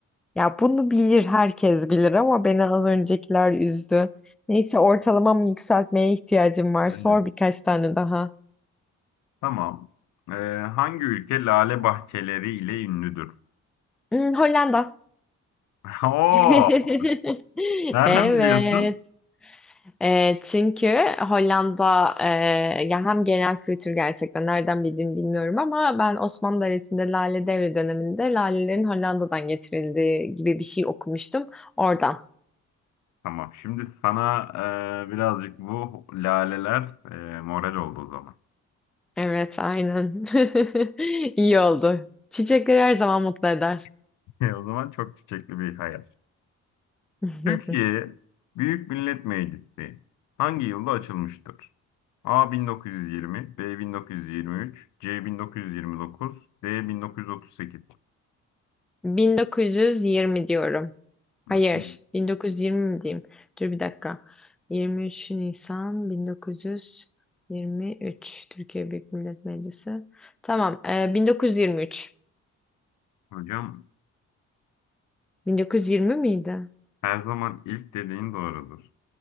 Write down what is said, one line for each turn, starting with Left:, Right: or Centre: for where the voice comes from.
Centre: Ya bunu bilir, herkes bilir ama beni az öncekiler üzdü. Neyse ortalamamı yükseltmeye ihtiyacım var.
Left: Evet.
Centre: Sor birkaç tane daha.
Left: Tamam. Ee, hangi ülke lale bahçeleri ile ünlüdür?
Centre: Hmm, Hollanda.
Left: <laughs> Oo,
Centre: <laughs>
Left: nereden
Centre: Evet.
Left: biliyorsun?
Centre: E, çünkü Hollanda e, ya hem genel kültür gerçekten nereden bildiğimi bilmiyorum ama ben Osmanlı Devleti'nde Lale Devri döneminde lalelerin Hollanda'dan getirildiği gibi bir şey okumuştum oradan.
Left: Tamam. Şimdi sana e, birazcık bu laleler e, moral oldu o zaman.
Centre: Evet, aynen. <laughs> İyi oldu. Çiçekler her zaman mutlu eder.
Left: <laughs> E, O zaman çok çiçekli bir hayat.
Centre: <laughs>
Left: Türkiye Büyük Millet Meclisi hangi yılda açılmıştır? A 1920, B 1923, C 1929, D 1938.
Centre: 1920 diyorum.
Left: Hı,
Centre: Hayır. 1920 mi diyeyim? Dur bir dakika. 23 Nisan 1923 Türkiye Büyük Millet Meclisi. Tamam. e, 1923.
Left: Hocam
Centre: 1920 miydi?
Left: her zaman ilk dediğin doğrudur.